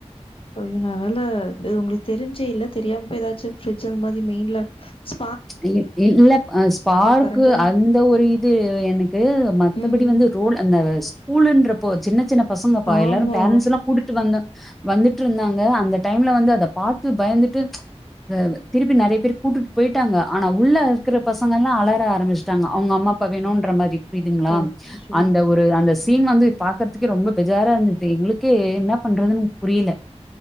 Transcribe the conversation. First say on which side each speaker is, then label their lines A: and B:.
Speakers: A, on the left; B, in the centre.
A: ஐயோ நல்லவேல உங்ளுக் தெரிஞ்சேல்ல தெரியாம போய் ஏதாச்சு ஃபிரிட்ஜி அந்த மாதிரி மெயின்ல சு
B: இ இல்லப் அ ஸ்பார்க்கு
A: கரண்ட்டு.
B: அந்த ஒரு இது எனக்கு மத்தபடி
A: ம்.
B: வந்து தோழ் அந்த ஸ்கூலன்றப்போ சின்ன சின்ன பசங்கப்பா
A: ஆமா.
B: எல்லாரும் பேரன்ட்ஸெல்லா கூட்டிட்டு வந்த வந்துட்டுருந்தாங்க அந்த டைம்ல வந்து அத பாத்து பயந்துட்டு அ ப்ப திருப்பி நறைய பேர் கூட்டிட்டு போயிட் ட்டாங்க ஆனா உள்ள இருக்கற பசங்கள்லா அலர ஆரம்பிச்சுட்டாங்க அவங்க அம்மா அப்பா வேனுன்ற மாரி புரியுதுங்களா
A: அச்சச்சோ!
B: அந்த ஒரு அந்த தீன் வந்து பாக்கற்துக்கே ரொம்ப பெஜாரா இருந்துந்தது எங்களுக்கே என்ன பண்றதுன்னு புரியல